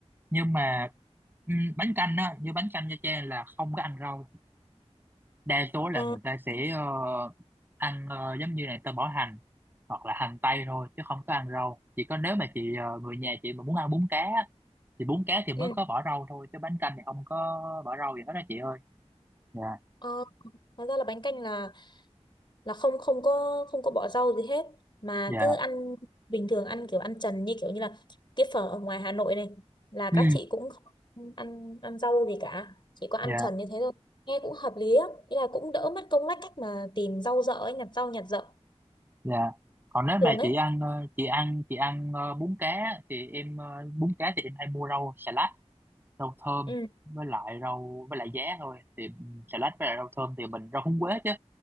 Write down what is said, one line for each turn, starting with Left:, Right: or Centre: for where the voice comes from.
Right: nhưng mà ừm, bánh canh á như bánh canh Nha Trang là không có ăn rau đa số là
Left: À,
Right: người ta sẽ ờ, ăn ờ, giống như này ta bỏ hành hoặc là hành tây thôi chứ không có ăn rau chỉ có nếu mà chị ờ, người nhà chị mà muốn ăn bún cá á, thì bún cá thì mới
Left: ừ.
Right: có bỏ rau thôi chứ bánh canh thì không có bỏ rau gì hết đó chị ơi dạ
Left: Ờ, hóa ra là bánh canh là là không không có không có bỏ rau gì hết mà
Right: dạ
Left: cứ ăn bình thường ăn kiểu ăn trần như kiểu như là cái phở ở ngoài Hà Nội này là
Right: ừ
Left: các chị cũng không ăn ăn rau gì cả chỉ có ăn
Right: dạ
Left: trần như thế thôi nghe cũng hợp lý á ý là cũng đỡ mất công lách cách mà tìm rau dợ ấy nhặt rau nhặt dợ
Right: Dạ. Còn nếu mà
Left: thường ấy
Right: chị ăn ờ, chị ăn chị ăn ờ, bún cá thì em ờ, bún cá thì em hay mua rau xà lách, rau thơm
Left: ừ
Right: với lại rau với lại giá thôi. Thì xà lách với lại rau thơm thì mình rau húng quế chứ